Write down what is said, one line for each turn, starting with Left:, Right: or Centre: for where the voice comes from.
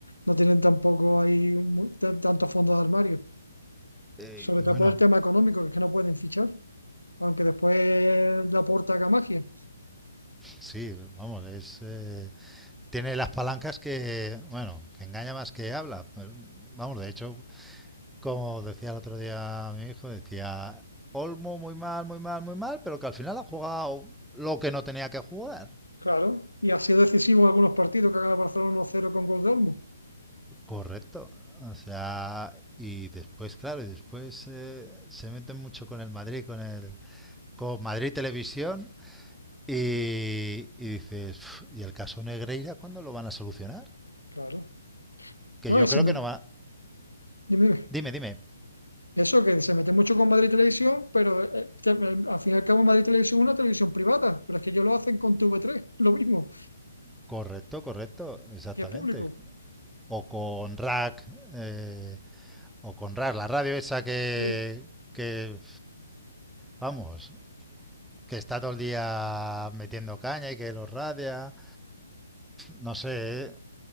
Left: no tienen tampoco ahí mu- t- tanto fondo de armario.
Centre: Eh,
Left: Sobre
Centre: y
Left: todo
Centre: bueno,
Left: por el tema económico, que es que no pueden fichar, aunque después la porta haga magia.
Centre: sí, vamos, es... eh, tiene las palancas que, bueno, que engaña más que habla. Vamos, de hecho, como decía el otro día mi hijo, decía... Olmo muy mal, muy mal, muy mal, pero que al final ha jugado lo que no tenía que jugar.
Left: Claro, y ha sido decisivo en algunos partidos que ha ganado Barcelona uno cero con gol de Olmo.
Centre: Correcto. O sea, y después, claro, y después eh, se meten mucho con el Madrid, con el con Madrid Televisión, y, y dices, "Uf, ¿y el caso Negreira cuándo lo van a solucionar?
Left: Claro.
Centre: Que
Left: No,
Centre: yo
Left: y se
Centre: creo
Left: me-
Centre: que no va.
Left: dime, dime.
Centre: Dime, dime.
Left: Eso que se mete mucho con Madrid Televisión, pero eh, que, eh, al fin y al cabo Madrid Televisión es una televisión privada, pero es que ellos lo hacen con TV3, lo mismo,
Centre: Correcto, correcto, exactamente.
Left: que es público.
Centre: O con Rack, eh, o con Rack, la radio esa que,
Left: Sí.
Centre: que, vamos, que está todo el día metiendo caña y que los radia. No sé, eh.